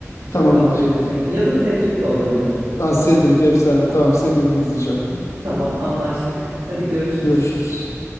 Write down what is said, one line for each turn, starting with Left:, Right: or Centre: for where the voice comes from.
Right: Çok
Left: Tamamdır.
Right: tatlıydı çünkü. Ya da Cedric de olabilir.
Left: Aa, Cedric efsane. Tamam Cedric'i izleyeceğim.
Right: Hı. Tamam, anlaştık. Hadi görüşürüz.
Left: Görüşürüz.